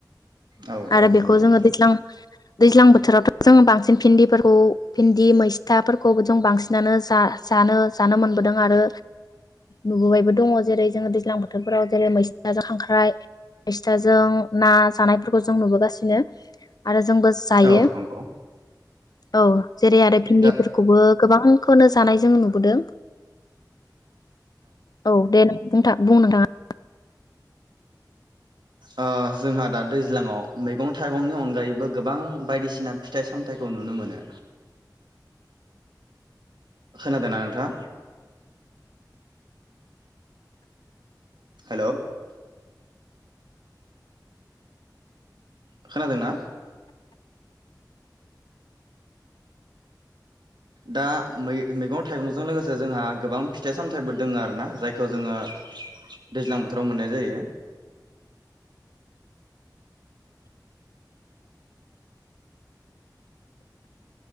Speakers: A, on the right; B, on the left.
A: औ
B: आरो
A: औ
B: बेखौ
A: नुदों
B: जोङो दैज्लां दैज्लां बोथोरावथ' जों बांसिन भिन्दिफोरखौ भिन्दि मैस्थाफोरखौबो जों बांसिनानो जा-जानो जानो मोनबोदों आरो नुबोबायबो दङ जेरै जोङो दैज्लां बोथोरफोराव जेरै मैस्थाजों खांख्राइ मैस्थाजों ना जानायफोरखौ जों नुबोगासिनो। आरो जोंबो जायो
A: औ नंगौ
B: औ जेरै आरो भिन्दिफोरखौबो
A: दा
B: गोबां खौनो जानाय जों नुबोदों। औ दे नों नोंथां। बुं नोंथाङा।
A: ओ जोंहा दा दैज्लाङाव मैगं-थाइगंनि अनगायैबो गोबां बायदिसिना फिथाइ-सामथाइखौ नुनो मोनो। खोनादोंना नोंथाङा? हेल' खोनादोंना? दा मै-मैगं-थाइगंजों लोगोसे जोंहा गोबां फिथाइ- सामथाइबो दोङो आरोना जायखौ जोङो दैज्लां बोथोराव मोननाय जायो।